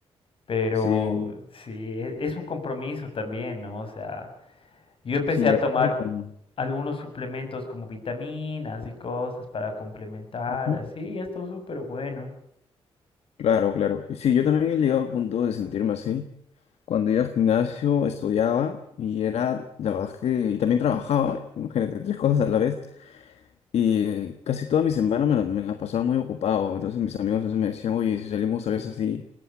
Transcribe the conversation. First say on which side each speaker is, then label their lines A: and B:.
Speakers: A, on the left; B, on the left.
A: Pero
B: sí,
A: sí, e- es un compromiso también, ¿no? O sea, yo empecé
B: sí,
A: a
B: ya
A: tomar
B: pasa cuando-
A: algunos suplementos como vitaminas y cosas para complementar,
B: ujú,
A: así, y esto es súper bueno.
B: Claro, claro. Sí, yo también he llegado al punto de sentirme así. Cuando iba al gimnasio, estudiaba y era, la verdad es que, y también trabajaba, imagínate, tres cosas a la vez. Y casi toda mi semana me la, me la pasaba muy ocupado. Entonces mis amigos a veces me decían, oye, si salimos a veces así